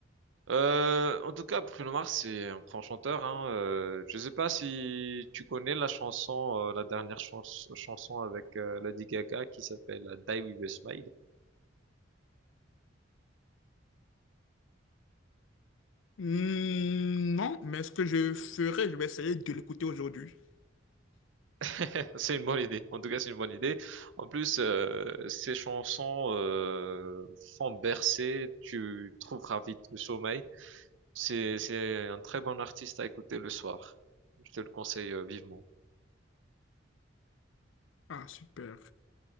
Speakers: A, on the right; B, on the left.
A: Euh, en tout cas, Bruno Mars, c'est un grand chanteur. Hein. Euh, je sais pas si tu connais la chanson, euh, la dernière chans- chanson avec euh, Lady Gaga qui s'appelle euh, Die With a Smile.
B: Hmm, non, mais ce que je ferai, je vais essayer de l'écouter aujourd'hui.
A: <laughs> C'est une bonne idée. En tout cas, c'est une bonne idée. En plus, euh, ces chansons euh, font bercer. Tu trouveras vite le sommeil. C'est c'est un très bon artiste à écouter le soir. Je te le conseille euh, vivement.
B: Ah, super.